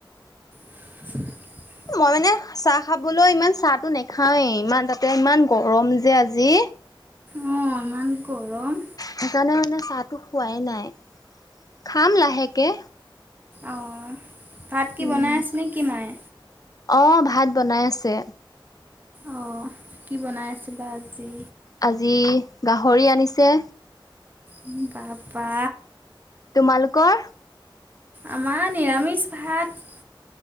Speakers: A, on the right; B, on the left.
A: <inaudible>
B: মই মানে চাহ খাবলৈ ইমান চাহটো নাখাওঁৱেই, ইমান তাতে ইমান গৰম যে আজি।
A: অ', ইমান গৰম।
B: সেইকাৰণে মানে চাহটো খোৱাই নাই, খাম লাহেকৈ।
A: অ', ভাত কি
B: উম
A: বনাই আছে নেকি মায়ে?
B: অ', ভাত বনাই আছে।
A: অ', কি বনাই আছে বা আজি?
B: আজি গাহৰি আনিছে।
A: উম, বা, বা।
B: তোমালোকৰ?
A: আমাৰ নিৰামিষ ভাত।